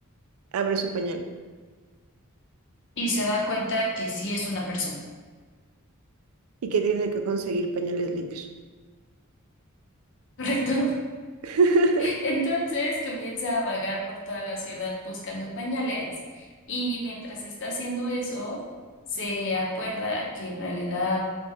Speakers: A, on the right; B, on the left.
A: abre su pañal
B: Y se da cuenta que sí es una persona.
A: y que tiene que conseguir pañales limpios.
B: <laughs> ¿Correcto?
A: <laughs>
B: Entonces comienza a vagar por toda la ciudad buscando pañales y mientras está haciendo eso, se acuerda que en realidad